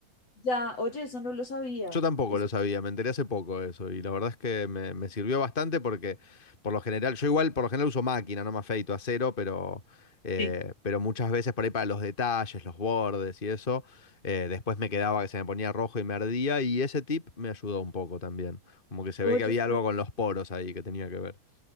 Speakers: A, on the left; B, on the left.
A: Ya, oye, eso no lo sabía.
B: Yo tampoco
A: Eso,
B: lo sabía, me enteré hace poco de eso y la verdad es que me, me sirvió bastante porque por lo general, yo igual por lo general uso máquina, no me afeito a cero, pero, eh,
A: Sí.
B: pero muchas veces por ahí para los detalles, los bordes y eso, eh, después me quedaba que se me ponía rojo y me ardía y ese tip me ayudó un poco también, como que se
A: oye,
B: ve que había
A: eso
B: algo con los poros ahí que tenía que ver.